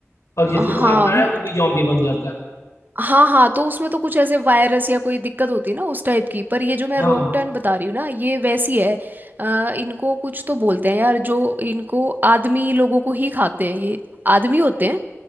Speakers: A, on the left; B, on the right.
A: और जिसको
B: हाँ
A: खाता
B: न-
A: है वो भी जॉम्बी बन जाता है
B: हाँ हाँ तो उसमें तो कुछ ऐसे वायरस या कोई दिक्कत होती है ना उस टाइप की पर ये जो मैं
A: हाँ
B: रोंग टर्न बता रही हूँ ना ये वैसी है अ, इनको कुछ तो बोलते हैं यार जो इनको आदमी लोगों को ही खाते हैं ये आदमी होते हैं